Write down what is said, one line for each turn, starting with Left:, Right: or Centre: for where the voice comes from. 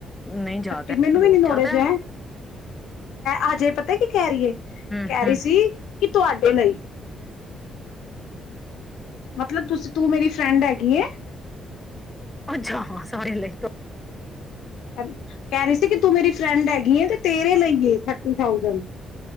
Centre: ਨਹੀਂ ਜ਼ਿਆਦਾ
Left: ਐ, ਮੈਨੂੰ
Centre: ਬਹੁਤ
Left: ਵੀ ਨੀ
Centre: ਜ਼ਿਆਦਾ
Left: ਮੋੜੇ ਅਜੇ। ਹਜੇ ਪਤਾ ਕੀ ਕਹਿ ਰਹੀ ਐ
Centre: ਹੂੰ
Left: ਕਹਿ
Centre: ਹੂੰ
Left: ਰਹੀ ਸੀ ਕਿ ਤੁਹਾਡੇ ਲਈ ਮਤਲਬ ਤੁਸੀ, ਤੂੰ ਮੇਰੀ ਫਰੈਂਡ ਹੈਗੀ ਐ
Centre: ਅੱਛਾ, ਹਾਂ ਸਾਰੇ ਲਏ ਤੋ
Left: ਕਹਿ ਰਹੀ ਸੀ ਕਿ ਤੂੰ ਮੇਰੀ ਫਰੈਂਡ ਹੈਗੀ ਹੈ ਤੇ ਤੇਰੇ ਲਈਏ ਥਰਟੀ ਥਾਊਜਡ।